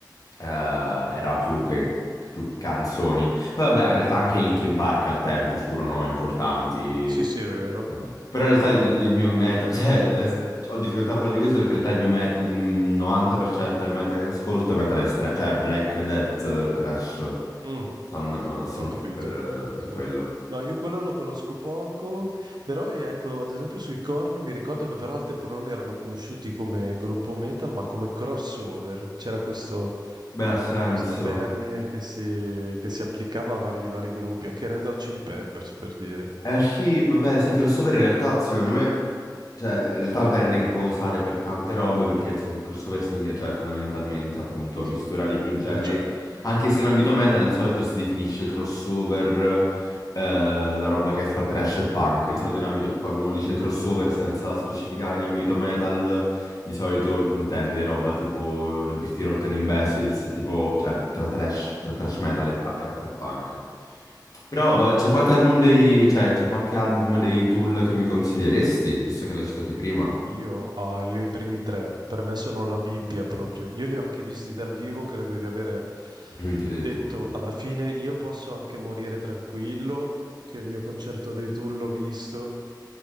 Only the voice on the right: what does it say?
Mm, Sì,
sì, è vero.
Mm,
ho capito.
Sì.
No, io quello lo conosco poco, però eh, ecco, ad esempio sui Korn mi ricordo che però al tempo non erano conosciuti come gruppo metal, ma come crossover. C'era questo,
questo termine che si, che si applicava a vari, vari gruppi, anche Red Hot Chili Peppers per dire,
Mm, sì,
incrociare.
Mhm.
Io, ah, io i primi tre, per me sono la Bibbia proprio.
Io li ho anche visti dal vivo, credo di avere
detto
alla fine, io posso anche morire tranquillo, che il mio concerto dei Tool l'ho visto.